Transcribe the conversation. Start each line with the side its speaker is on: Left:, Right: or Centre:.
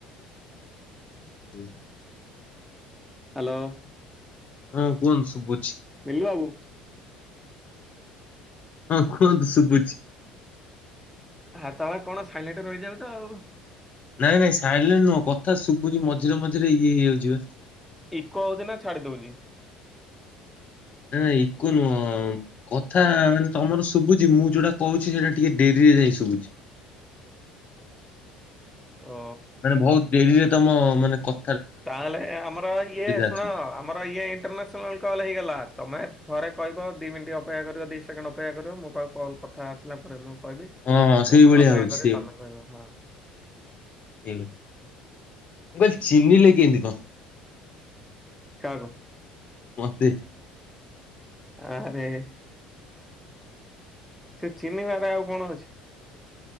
Left: ହୁଁ।
Centre: ହ୍ୟାଲୋ
Left: ହଁ କୁହନ୍ତୁ ଶୁଭୁଛି।
Centre: ମିିଲୁ ବାବୁ।
Left: ହଁ କୁହନ୍ତୁ ଶୁଭୁଛି।
Centre: ହଁ ତମେ କଣ ସାଇଲେଟରେ ରହିଯାଉଛ ଆଉ।
Left: ନାଇଁ ନାଇଁ ସାଇଲେଣ୍ଟ ନୁହଁ କଥା ଶୁଭୁଛିି ମଝିରେ ମଝିରେ ଇଏ ହେଇଯାଉଛିିବ।
Centre: ଇକ ହଉଛି ନା ଛାଡ଼ି ଦଉଛି।
Left: ନା ନା ଇକୋନୁହଁ। କଥା ମାନେ ତମର ଶୁଭୁଛି ମୁଁ ଯୋଉଟା କହୁଛି ସେଇଟା ଟିକେ ଡେରି ରେ ଯାଇ ଶୁଭୁଛି।
Centre: ଓ।
Left: ମାନେ ବହୁତ ଡେରିରେ ତମ ମାନେ କ
Centre: ତାହେଲେ ଆମର ଇଏ ଶୁଣ
Left: ଆସୁଛି।
Centre: ଆମର ଇଏ ଇଣ୍ଟରନେଶ୍ <unintelligible> ତମେ ଥରେ କହିବ ଦି ମିନିଟ୍ ଅପେକ୍ଷା କରିବ ଦିଇ ସେକେଣ୍ଡ ଅପେକ୍ଷା କରିବ ମୋ ପାଖକୁ କଲ୍ କ ଥା ଆସିଲା ପରେ ମୁଁ କହିବି
Left: ହଁ ହଁ ସେଇଭଳିଆ
Centre: ମୁଁ ପୁଣି ଅପେକ୍ଷା
Left: ହଉଛି
Centre: କରିବୀ ତମେ କହିବ ହଁ।
Left: ହୁଁ ମୁଁ କହିଲି ଚିହ୍ନିଲେ କେମିତି?
Centre: କାହାକୁ?
Left: ମତେ।
Centre: ଆରେ ସେ ଚିନିବାରେ ଆଉ କଣ ଅଛି?